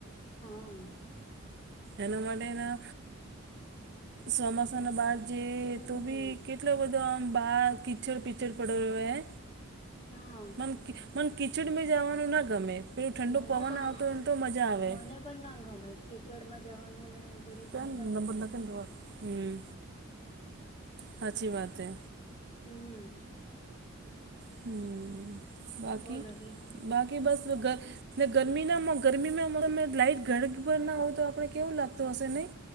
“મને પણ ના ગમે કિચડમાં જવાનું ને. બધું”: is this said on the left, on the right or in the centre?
Left